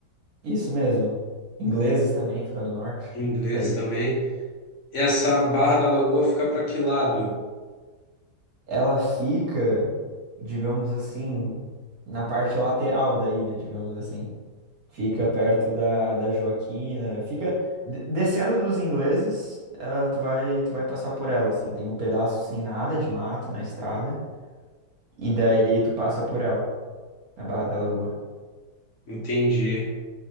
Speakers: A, on the right; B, on the left.
A: Isso mesmo. Ingleses também fica no norte.
B: em inglês
A: Daí
B: também. Essa Barra da Lagoa fica para que lado?
A: ela fica, digamos assim, na parte lateral da ilha, digamos assim. Fica perto da, da Joaquina, fica de- descendo dos ingleses, eh, tu vai tu vai passar por ela assim, tem um pedaço sem nada de mato na estrada e daí tu passa por ela, na Barra da Lagoa.
B: Entendi.